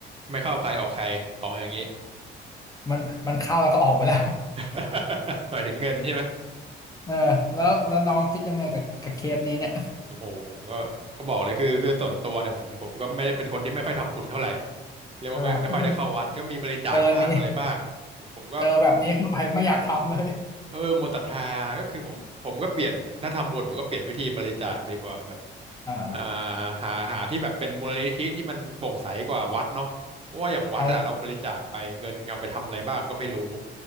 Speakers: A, on the right; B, on the left.
A: ไม่เข้าใครออกใครของอย่างนี้
B: มันมันเข้าแล้วก็ออกไปแล้ว
A: <laughs> หมายถึงเงินใช่ไหม
B: <laughs> เออแล้วแล้วน้องคิดยังไงกับกับเคสนี้เนี่ย
A: โอ้โหผมก็ก็บอกเลยคือคือส่วนตัวเนี่ยผมผมก็ไม่ได้เป็นคนที่ไม่ค่อยทำบุญเท่าไหร่เรียกว่าไม่ไม่ค่อยได้เข้าวัดก็มีบริจาคบ้างอะไรบ้างผมผมก็
B: อ่าเจออันนี้เจอแบบนี้เข้าไปไม่อยากทำเลย
A: อืมเออหมดศรัทธาก็คือผมผมก็เปลี่ยนถ้าทำบุญผมก็เปลี่ยนวิธีบริจาคดีกว่าแบบ
B: อ่า
A: อ่าหาหาที่แบบเป็นมูลนิธิที่มันโปร่งใสกว่าวัดเนาะเพราะว่าอย่างวัดอ่ะเราบริจาคไปเงินเอาไปทำอะไรบ้างก็ไม่รู้
B: ไป